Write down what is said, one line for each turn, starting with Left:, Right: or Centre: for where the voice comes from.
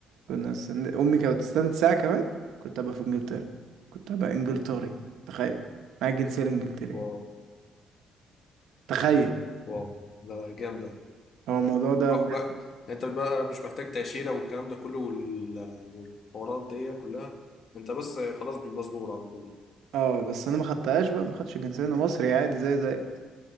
Right: كنا استن... امي كانت تستنى ساعة كمان كنت هبقى في انجلترا كنت هبقى انجلتري تخيل معايا الجنسية الانجلترية
Left: واو
Right: تخيل
Left: واو ده جامدة
Right: هو الموضوع ده
Left: روح
Right: بجد
Left: بقى يعني انت بقى مش محتاج تأشيرة والكلام ده كله وال- والحوارات دي كلها انت بس خلاص بالباسبور على طول
Right: اه بس انا ما خدتهاش بقى ما خدتش الجنسيه انا مصري عادي زي زي